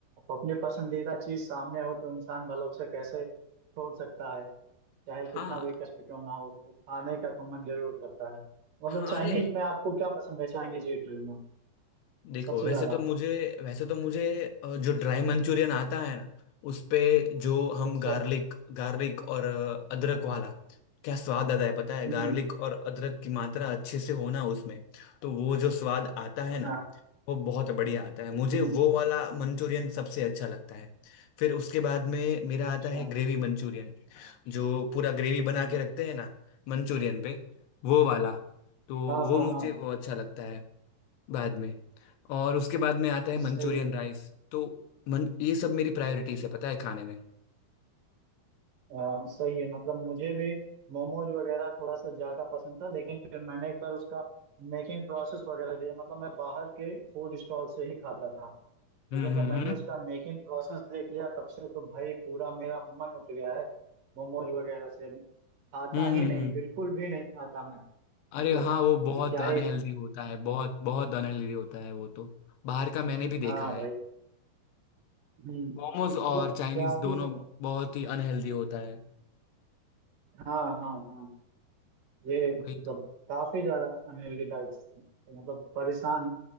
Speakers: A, on the right; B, on the left.
A: अपने पसंदीदा चीज सामने हो तो इंसान भला उसे कैसे छोड़ सकता है चाहे कितना
B: हाँ
A: भी कष्ट क्यों ना हो तो खाने का तो मन जरूर करता है मतलब
B: हाँ
A: चाइनीज
B: अरे
A: में आपको क्या पसंद है चाइनीज इटली में
B: देखो
A: सबसे
B: वैसे
A: ज्यादा
B: तो मुझे वैसे तो मुझे अ, जो ड्राई मंचूरियन आता है ना उस पे जो
A: अच्छा
B: हम गार्लिक गार्लिक और अ, अदरक वाला क्या स्वाद आता है पता है
A: हम्म
B: गार्लिक और अदरक की मात्रा अच्छे से होना उसमें तो वो जो स्वाद आता है ना
A: हाँ
B: वो बहुत बढ़िया आता है मुझे
A: हम्म
B: वो वाला मंचूरियन सबसे अच्छा लगता है फिर उसके बाद में मेरा
A: अच्छा
B: आता है ग्रेवी मंचूरियन जो पूरा ग्रेवी बना
A: हम्म,
B: के रखते हैं ना मंचूरियन पे वो वाला तो
A: हाँ
B: वो
A: हाँ
B: मुझे
A: हाँ
B: वो अच्छा लगता है बाद में और उसके बाद में आता है मंचूरियन
A: सही
B: राइस तो मन ये सब मेरी
A: है
B: प्रायोरिटीज है पता है खाने में
A: अ, सही है मतलब मुझे भी मोमोज वगैरह थोड़ा सा ज्यादा पसंद था लेकिन फिर मैंने एक बार उसका मेकिंग प्रोसेस वगैरह दिया मतलब मैं बाहर के फूड स्टॉल से ही खाता था लेकिन
B: हम्म हम्म
A: जब मैंने
B: हम्म
A: उसका मेकिंग प्रोसेस देख लिया तब से तो भाई पूरा मेरा मन उठ गया है मोमोज वगैरह से खाता
B: हम्म
A: ही
B: हम्म,
A: नहीं
B: हम्म।
A: बिल्कुल भी नहीं खाता मैं
B: अरे
A: मतलब
B: हाँ वो बहुत
A: कि क्या
B: अनहेल्दी
A: ही
B: होता है बहुत बहुत अनहेल्दी होता है वो तो बाहर का मैंने भी देखा
A: हाँ
B: है
A: भाई हम्म
B: मोमोज
A: मतलब
B: और चाइनीज
A: क्या
B: दोनों
A: ही मतलब
B: बहुत ही अनहेल्दी होता है
A: हाँ हाँ हाँ ये
B: वही
A: मतलब
B: तो
A: काफी ज्यादा अनहेल्दी डाइट मतलब परेशान